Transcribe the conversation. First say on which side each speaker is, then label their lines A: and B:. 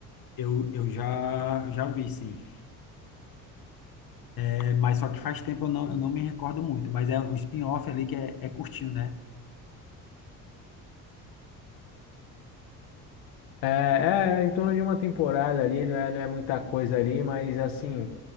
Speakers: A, on the left; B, on the left.
A: eu, eu já já vi sim. É, mas só que faz tempo eu não, eu não me recordo muito, mas é um spin-off ali que é, é curtinho, né?
B: É, é em torno de uma temporada ali, não é, não é muita coisa ali, mas assim,